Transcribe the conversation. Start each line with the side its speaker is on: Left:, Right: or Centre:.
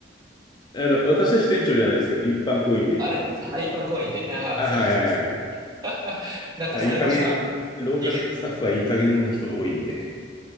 Left: あの、私は支店長じゃないですけど、一般行員で行ったんですけど。
Right: あれあ、一般公員で。ああ、
Left: あ、
Right: そういうことですね。
Left: はいはいはい。
Right: <laughs> なんかされました
Left: まあいい加減、ローカルスタッフはいい加減な人が多いんで。
Right: い <laughs>